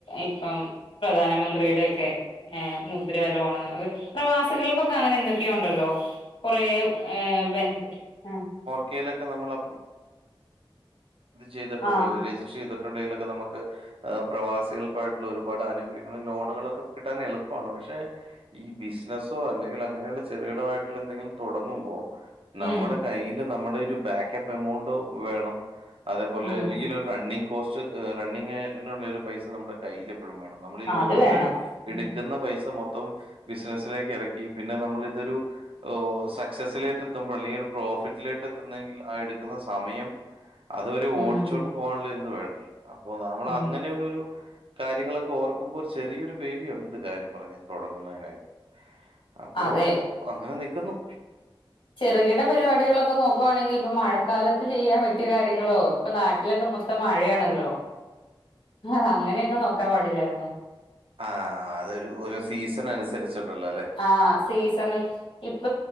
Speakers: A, on the left; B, on the right.
A: ഇപ്പം പ്രധാനമന്ത്രിടേയെക്കെ മുദ്ര ലോണ് അത് പ്രവാസികൾക്കൊക്കെ അങ്ങനെ എന്തൊക്കെയോ ഉണ്ടല്ലോ കൊറേ ഏഹ് ബെനഫിറ്റ് ആ
B: ക്കെലൊക്ക നമ്മള് ചെയ്തിട്ടുണ്ടെങ്കില്
A: ആഹ്
B: രജിസ്റ്റർ ചെയ്തിട്ടുണ്ടെങ്കിലൊക്ക നമുക്ക് ആ പ്രവാസികൾക്കായിട്ടുള്ള ഒരുപാട് ആനുകൂല്യങ്ങൾ ലോണുകളൊക്കെ കിട്ടാൻ എളുപ്പാണ് പക്ഷെ ഈ ബിസിനസ്സോ അല്ലെങ്കിൽ അങ്ങനെ ചെറികിടവായിട്ട്ള്ള എന്തെങ്കിലും തൊടങ്ങുമ്പൊ നമ്മടെ
A: ഉം
B: കയ്യിൽ നമ്മടെ ഒരു ബേക്കപ്പ് എമൗണ്ട് വേണം അതേ പോലെ
A: ഉം
B: അല്ലെങ്കിൽ റണ്ണിംഗ് കോസ്റ്റ് റണ്ണിങ്ങിനുള്ളൊരു പൈസ നമ്മുടെ കയ്യിലും നമ്മൾ ലോൺ
A: അത് വേണം
B: എടുക്കുന്ന
A: ഉം
B: പൈസ മൊത്തം ബിസിനസിലേക്ക് എറക്കി പിന്നെ നമ്മള് ഇതൊരു ഓഹ് സക്സസ്സിലേട്ട് എത്തുമ്പൊ അല്ലെങ്കിൽ ഒരു പ്രോഫിറ്റിലേട്ട് എത്തുന്നെങ്കിൽ ആഹ് എടുക്ക്ന്ന സമയം അത് അവരെ
A: ഉം
B: ഓടിച്ചുകൊണ്ട് പോകാൻ ഒള്ളരിത് വേണ്ടേ അപ്പോ നാമ്മൾ
A: ആഹ്
B: അങ്ങനെയുള്ളൊരു കാര്യങ്ങളൊക്കെ ഓർക്കുമ്പോ ഒരു ചെറിയൊരു പേടിയുണ്ട് കാര്യ പറഞ്ഞ് തൊടങ്ങുന്നേനായിട്ട്. അപ്പോ
A: അതെ
B: അങ്ങനെ നിക്ക്‌ന്നു
A: ചെറ്കിട പരിപാടികളൊക്കെ നോക്കുവാണെങ്കി ഇപ്പ മഴക്കാലത്ത് ചെയ്യാൻ പറ്റിയ കാര്യങ്ങളോ ഇപ്പ നാട്ടിലൊക്കെ മൊത്തം മഴേണല്ലോ ഹ ഹ അങ്ങനെയൊക്കെ നോക്കാൻ പാടില്ലേയ്ര്ന്നൊ
B: ആ അതൊരു ഒരു സീസൺ അനുസരിച്ചിട്ടുള്ളല്ലേ
A: ആ സീസണിൽ ഇപ്പ